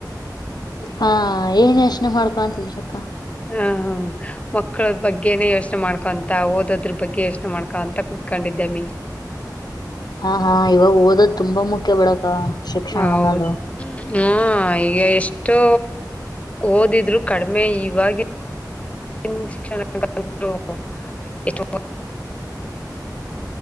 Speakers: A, on the left (about 70°); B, on the left (about 20°).
A: ಹಾ ಏನ್ ಯೋಚ್ನೆ ಮಾಡ್ಕೊಂತಿದ್ರಕ್ಕ.
B: ಹ ಹ್ಮ ಮಕ್ಳುದ್ ಬಗ್ಗೆ ನೆೇ ಯೋಚ್ನೆ ಮಾಡ್ಕೊಂ ಅ ಓದದ್ರು ಬಗ್ಗೆ ಯೋಚ್ನೆ ಮಾಡ್ಕೊಂತ ಕೂತ್ಕೊಂಡಿದ್ದಮ್ಮಿ.
A: ಹಾ ಹಾ ಇವಾಗ್ ಓದದ್ ತುಂಬ ಮುಖ್ಯ ಬಿಡಕ. ಶಿಕ್ಷಣ
B: ಹೌದು.
A: ಅನ್ನೋದು
B: ಹಾ ಈಗ ಎಷ್ಟೋ ಓದಿದ್ರು ಕಡ್ಮೆ ಇವಾಗಿನ್. <unintelligible>